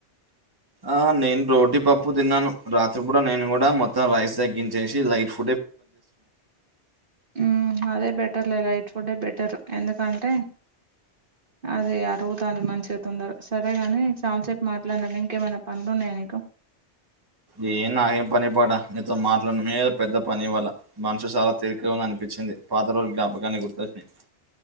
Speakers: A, on the right; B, on the right.
A: ఆ నేను రోటీ పప్పు తిన్నాను. రాత్రి పూట నేను కూడా మొత్తం రైస్ తగ్గించేసి లైట్ ఫు
B: హ్ అదే బెటర్లే లైట్ ఫుడ్డే బెటర్. ఎందుకంటే అదే అరుగుతాంది మంచిగా తోందరా సరే గాని చాలా సేపు మాట్లాడినం, ఇంకేమన్నా పనులు ఉన్నయా నీకు
A: ఏ నాకేం పని పాటా నీతోని మాట్లాడడమే పెద్ద పని ఇవ్వాళా. మనసు చాలా తెలికగా అనిపి చ్చింది. పాత రోజుల జ్ఞాపకాన్ని గుర్తొచ్చినయి.